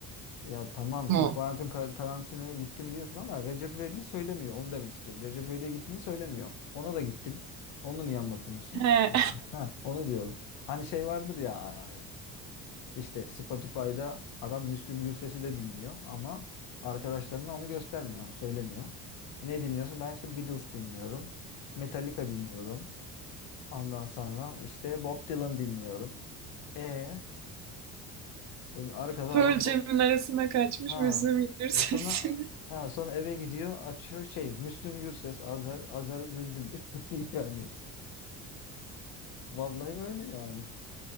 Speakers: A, on the left; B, on the right.
A: Ya tamam şimdi
B: mu?
A: Quentin Tarantino'ya gittim diyorsun ama Recep İvedik'i söylemiyor. Onu demek istiyorum. Recep İvedik'e gittiğini söylemiyor. Ona da gittin. Onu niye anlatmıyorsun?
B: He,
A: Abi. Ha, onu diyorum. Hani şey vardır ya işte Spotify'da adam Müslüm Gürses'i de dinliyor ama arkadaşlarına onu göstermiyor, onu söylemiyor. E Ne dinliyorsun? Ben işte Beatles dinliyorum. Metallica dinliyorum. Ondan sonra işte Bob Dylan dinliyorum. E, e arkada
B: Pearl
A: adam
B: Jam'in
A: bak
B: arasına kaçmış
A: Ha.
B: Müslüm Gürses'in.
A: E sonra ha sonra eve gidiyor, açıyor şey Müslüm Gürses, Azer Azer Bülbül. <laughs> Yani vallahi öyle yani.